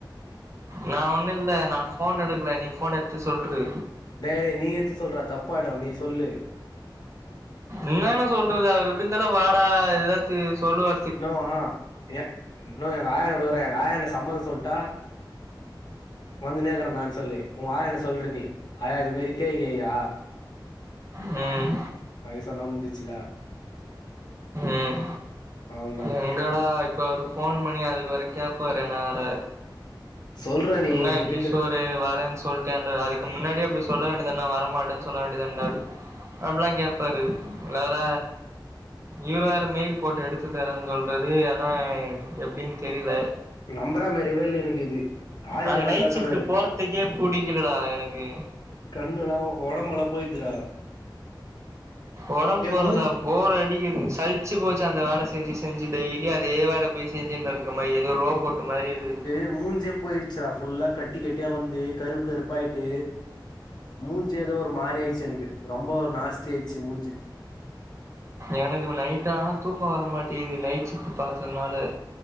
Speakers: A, on the right; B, on the left.
A: நா ஒண்ணு இல்ல நா ஃபோன் எடுக்ல நீ ஃபோன் எடுத்து சொல்ரு
B: டேய் டேய் நீ எத்து சொல்றா தப்பாய்டு நீ சொல்லு
A: என்னானு சொல்றது அவரு எப்டி இருந்தாலு வாடா எதா து சொல்லுவா
B: இன்னவா எ இன்னு எங்க ஆயாவோட வற எங்க ஆயா என்ன சம்மதொ சொல்ட்டா வந்துன்னேக்குறன்டா சொல்லு ஊ ஆயாட்ட சொல்ரு நீ ஆயா இது மேரி கேக் ஐயா
A: ம்
B: அயி சொன்னா முஞ்சுச்சுல
A: ம்
B: அவ்ள்த
A: எங்கடா இப்ப அவரு ஃபோன் பண்ணி அதுக்கு வேற கேப்பாரு நா வேற
B: சொல்றா நீ
A: என்னா
B: வீட்ல
A: கிஷோரு வரன் சொல் ட்டன்டு அதுக்கு முன்னாடியே போய் சொல்ல வேண்டியது தான வரமாட்டன் சொல்ல வேண்டியதானா அப்புட்ல்லா கேப் பாரு இல வேற இவ்ரு வேற மெயில் போட்டு எடுத்து தரேன் சொல் றாரு ஆனா எப்டின் தெரில
B: நம்பரா மாரியவே இல்ல எனக்கு இது ஆதித்யநாத்
A: அங்க நைட்
B: தா
A: ஷிஃப்ட்டு
B: சொன்னாரு
A: போறத்துக்கே புடிக்கெலடா எனக்கு
B: கண்ணுலா ஒடம்பலா போய்ர்துரா
A: ஒடம் போறதா
B: மூஞ்
A: போர் அடிக்கிது சழ்ச்சு போச்சு அந்த வேல செஞ்சு செஞ்சு டெய்லியு அதே வேல பொய் செஞ்சுனு இருக்க மாருக்குது ரோபோட்டு மாரி இருக்குது
B: ஏ மூஞ்சே போய் ச்சிரா ஃபுல்லா கட்டி கட்டியா வந்து கருப்பு கருப்பாய்ட்டு மூஞ்சு ஏதோ ஒரு மாரி ஆய்ச்சு எனக்கு ரொம்ப நாஸ்த்தி ஆய்ச்சு மூஞ்சு
A: எனக்கு இப்ப நைட்டானா தூக்கொ வரமாட்டியிது நைட் ஷிஃப்ட் பாத்ததுனால